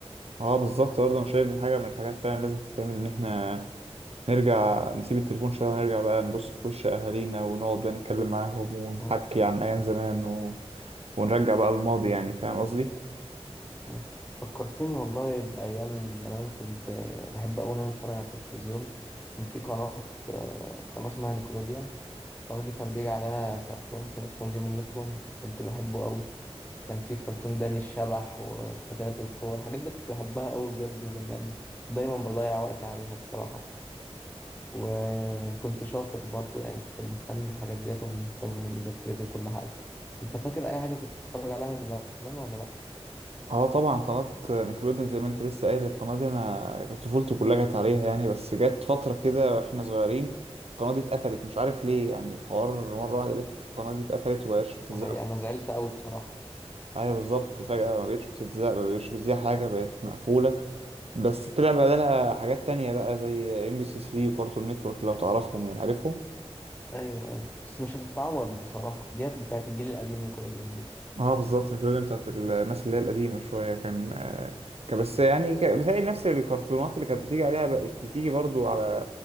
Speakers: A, on the right; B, on the left.
A: اه بالظبط برضه انا شايف دي حاجه من الحاجات فعلا لازم تتعمل ان احنا نرجع نسيب التليفون شويه ونرجع بقى نبص في وش اهالينا ونقعد بقى نتكلم معاهم ونحكي
B: مم.
A: عن ايام زمان و... ونرجع بقى الماضي
B: مم.
A: يعني فاهم قصدي
B: مم. فكرتني والله بأيام زمان كنت آه، بحب أوي إن أنا أتفرج على التلفزيون كان في قناة آه، قناة اسمها نيكولوديان القناة دي كان بيجي عليها كرتون كان اسمه جيمي نيوترون كنت بحبه قوي كان في كرتون داني الشبح وفتيات القوة الحاجات دي كنت بحبها قوي بجد زمان كنت دايما بضيع وقت عليها بصراحة وكنت شاطر برضو يعني كنت مهتم بالحاجات ديت ومهتم بمذاكرتي وكل حاجة انت فاكر اي حاجة كنت بتتفرج عليها من زمان ولا لا؟
A: اه طبعا قناة نيكلوديان زي ما انت لسه قايل القناة دي انا كانت طفولتي كلها جت عليها يعني بس جت فترة كده واحنا صغيرين القناة دي اتقفلت مش عارف ليه يعني الحوار مرة واحدة لقيت القناة دي اتقفلت ومبقتش بتتذاع
B: الحقيقة انا زعلت قوي بصراحة
A: ايوه بالظبط فجأة ما بقتش بتتذاع ما بقتش بتذاع حاجة بقت مقفولة بس طلع بدلها حاجات تانية بقى زي ام بي سي 3 وكارتون نتورك لو تعرفهم يعني عارفهم
B: ايوه ايوه بس مش هتتعوض بصراحة ديت بتاعت الجيل القديم نيكولوديان دي
A: اه بالظبط الكوميديا بتاعت الناس اللي هي القديمة شوية كان آه، كان بس يعني ك- بتهيألي نفس الكرتونات اللي كانت بتيجي عليها بقت بتيجي برضو على